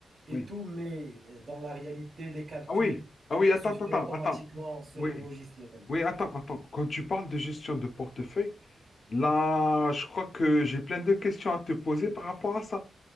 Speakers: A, on the right (about 45°); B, on the left (about 55°).
A: et
B: Oui.
A: tout, mais euh, dans la réalité, les calculs.
B: Ah oui. Ah oui,
A: Ça
B: attends,
A: se fait
B: attends,
A: automatiquement
B: attends. attends.
A: sur
B: Oui.
A: le logiciel.
B: Oui, attends, attends. Quand tu parles de gestion de portefeuille, là, je crois que j'ai plein de questions à te poser par rapport à ça.